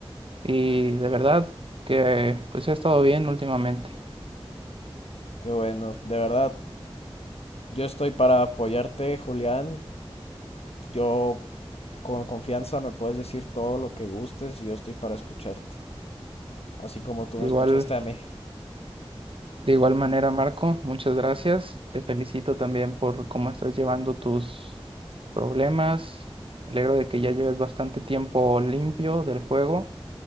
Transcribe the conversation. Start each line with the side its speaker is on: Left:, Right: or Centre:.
Right: y de verdad que pues ha estado bien últimamente.
Left: Qué bueno, de verdad, yo estoy para apoyarte, Julián. Yo con confianza me puedes decir todo lo que gustes y yo estoy para escucharte, así como tú
Right: De
Left: me escuchaste
Right: igual,
Left: a mí.
Right: de igual manera, Marco, muchas gracias. Te felicito también por cómo estás llevando tus problemas. Me alegro de que ya lleves bastante tiempo limpio del juego